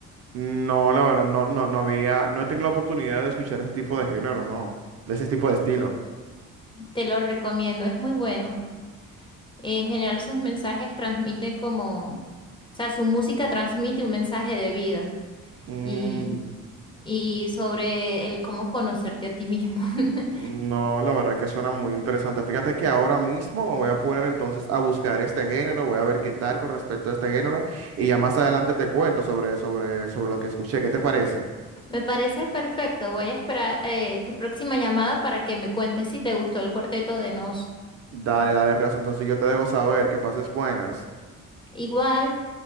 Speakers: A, on the right; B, on the left.
A: No, la verdad, no, no, no había, no he tenido la oportunidad de escuchar ese tipo de género, no, de ese tipo de estilo.
B: te lo recomiendo, es muy bueno. En general sus mensajes transmiten como, o sea, su música transmite un mensaje de vida.
A: Mm.
B: Y y sobre el cómo conocerte a ti mismo. <laughs>
A: No, la verdad que suena muy interesante. Fíjate que ahora mismo me voy a poner entonces a buscar este género, voy a ver qué tal con respecto a este género y ya más adelante te cuento sobre, sobre, sobre lo que escuché. ¿Qué te parece?
B: Me parece perfecto. Voy a esperar eh, tu próxima llamada para que me cuentes si te gustó el cuarteto de Nos.
A: Dale, dale, Reos, entonces yo te dejo saber, que pases buenas.
B: Igual.